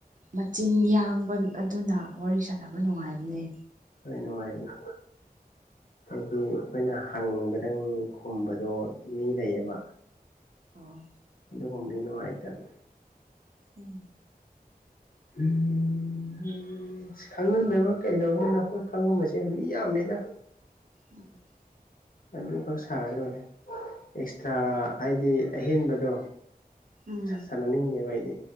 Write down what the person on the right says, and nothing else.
ꯃꯆꯤꯟ ꯌꯥꯡꯕ ꯑꯗꯨꯅ ꯋꯥꯔꯤ ꯁꯥꯟꯅꯕ ꯅꯨꯡꯉꯥꯏꯕꯅꯦ
ꯑꯣ
ꯎꯝ
ꯎꯪꯩꯎꯪ
ꯎꯝ